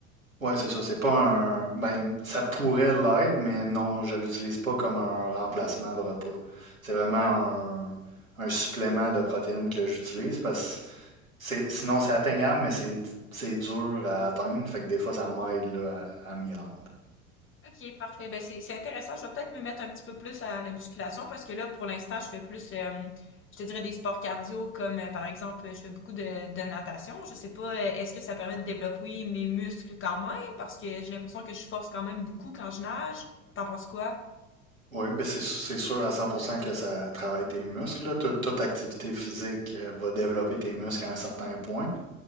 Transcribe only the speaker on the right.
Ouais, c'est ça. C'est pas un. Ben, ça pourrait l'être, mais non, je l'utilise pas comme un remplacement de repas. C'est vraiment un, un supplément de protéines que j'utilise parce que c'est, sinon c'est atteignable, mais c'est, c'est dur à atteindre. Fait que des fois, ça m'aide là, à, à m'y rendre.
Oui, ben c'est, c'est sûr à 100% que ça travaille tes muscles. là. Toute, toute activité physique euh, va développer tes muscles à un certain point.